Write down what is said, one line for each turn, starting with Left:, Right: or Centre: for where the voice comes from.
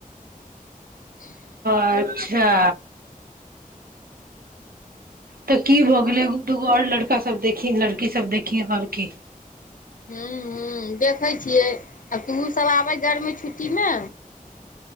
Left: <inaudible>
Right: अच्छा तऽ की भ गेलै एगो दूगो आओर लड़का सब देखी लड़की सब देखी आओर की
Left: हू हू देखै छियै आ तोहूँ सब आबै गरमी छुट्टीमे